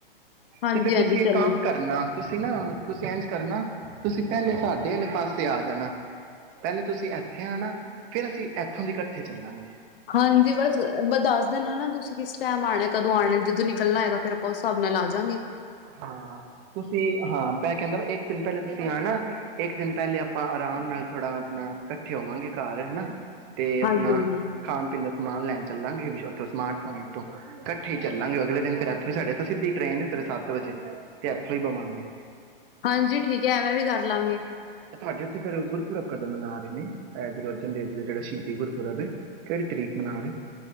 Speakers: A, on the left; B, on the right.
A: ਹਾਂਜੀ,
B: ਤੇ ਫੇਰ
A: ਹਾਂਜੀ
B: ਤੁਸੀਂ ਇੱਕ
A: ਚੱਲੂਗੀ।
B: ਕੰਮ ਕਰਨਾ। ਤੁਸੀਂ ਨਾ ਤੁਸੀਂ ਇੰਝ ਕਰਨਾ ਤੁਸੀਂ ਪਹਿਲੇ ਸਾਡੇ ਵਾਲੇ ਪਾਸੇ ਆ ਜਾਣਾ ਪਹਿਲੇ ਤੁਸੀਂ ਇੱਥੇ ਆਣਾ ਫੇਰ ਅਸੀਂ ਇੱਥੋਂ ਦੀ ਇਕੱਠੇ ਚੱਲਾਂਗੇ।
A: ਹਾਂਜੀ ਬਸ ਬ ਦੱਸ ਦੇਣਾ ਨਾ ਤੁਸੀਂ ਕਿਸ ਕਿਹੜੇ ਟਾਈਮ ਆਣਾ ਕਦੋਂ ਆਣਾ ਜਦੋਂ ਨਿਕਲਣਾ ਹੈਗਾ, ਫਿਰ ਆਪਾਂ ਉਸ ਹਿਸਾਬ ਨਾਲ ਆਜਾਗੇ।
B: ਹਾਂ, ਤੁਸੀਂ ਹਾਂ ਮੈਂ ਕਹਿੰਦਾ ਵ ਇੱਕ ਦਿਨ ਪਹਿਲੇ ਤੁਸੀਂ ਆਣਾ ਇੱਕ ਦਿਨ ਪਹਿਲੇ ਆਪਾਂ ਆਰਾਮ ਨਾਲ ਥੋੜ੍ਹਾ ਆਪਣਾ ਇਕੱਠੇ ਹੋਵਾਂਗੇ ਘਰ ਹਨਾ ਤੇ ਆਪਣਾ
A: ਹਾਂਜੀ, ਹਾਂਜੀ,
B: ਖਾਣ ਪੀਣ ਦਾ, ਸਮਾਨ ਲੈਣ ਚੱਲਾਂਗੇ, ਵੀ ਉਥੋਂ ਸਮਾਰ ਪੁਆਇੰਟ ਤੋਂ ਇਕੱਠੇ ਹੀ ਚੱਲਾਂਗੇ ਅਗਲੇ ਦਿਨ ਫੇਰ ਇੱਥੋਂ ਤਾਂ ਸਾਡੇ ਸਿੱਧੀ ਟਰੇਨ ਸਵੇਰੇ ਸੱਤ, ਸੱਤ ਵਜੇ, ਇੱਥੋਂ ਹੀ ਬਵਾਂਗੇ
A: ਹਾਂਜੀ ਠੀਕ ਹੈ ਐਵੇਂ ਵੀ ਕਰਲਾਂਗੇ।
B: ਤੁਹਾਡੇ ਉੱਥੇ ਫੇਰ ਗੁਰਪੁਰਬ ਕਦੋਂ ਮਨਾ ਰਹੇ ਨੇ ਗੁਰੂ ਅਰਜਨ ਦੇਵ ਜੀ ਦਾ ਜਿਹੜਾ ਸ਼ਹੀਦੀ ਗੁਰਪੁਰਬ ਹੈ, ਕਿਹੜੀ ਤਰੀਕ ਮਨਾ ਰਹੇ ਨੇ।